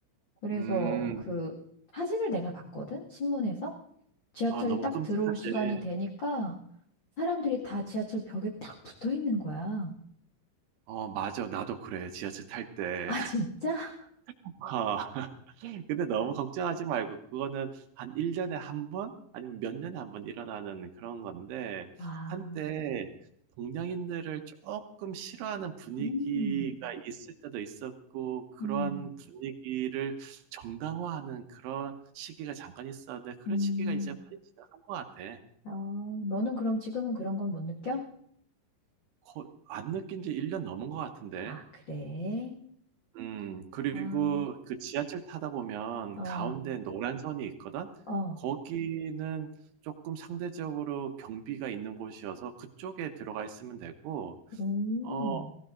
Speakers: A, on the left; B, on the right.
A: 그래서
B: 음,
A: 그 사진을 내가 봤거든 신문에서 지하철이
B: 아, 너무
A: 딱
B: 끔찍하지.
A: 들어올 시간이 되니까 사람들이 다 지하철 벽에 딱 붙어 있는 거야.
B: 어, 맞아. 나도 그래. 지하철 탈 때.
A: 아, 진짜?
B: <laughs> 근데 너무 걱정하지 말고, 그거는 한 1년에 한 번? 아니면 몇 년에 한 번 일어나는 그런 건데,
A: 아,
B: 한때 동양인들을 조금 싫어하는 분위기가
A: 음,
B: 있을 때도 있었고, 그러한
A: 음,
B: 분위기를 정당화하는 그런 시기가 잠깐 있었는데, 그런
A: 음.
B: 시기가 이제 많이 지나간 것 같아.
A: 어, 너는 그럼 지금은 그런 건 못 느껴?
B: 거- 안 느낀 지 1년 넘은 것 같은데.
A: 아, 그래?
B: 음 그리고
A: 아,
B: 그 지하철 타다 보면
A: 어,
B: 가운데 노란 선이 있거든.
A: 어,
B: 거기는 쪼끔 상대적으로 경비가 있는 곳이어서 그쪽에 들어가 있으면 되고
A: 음,
B: 어